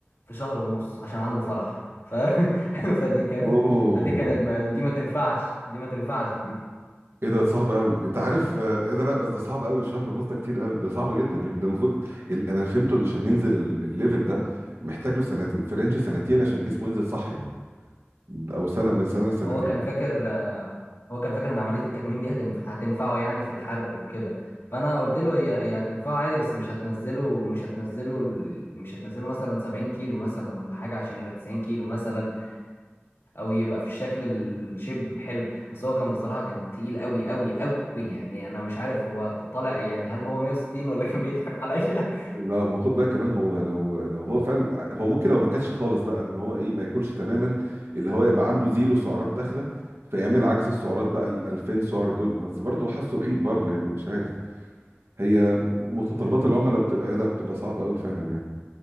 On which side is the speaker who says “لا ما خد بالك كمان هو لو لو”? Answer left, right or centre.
Right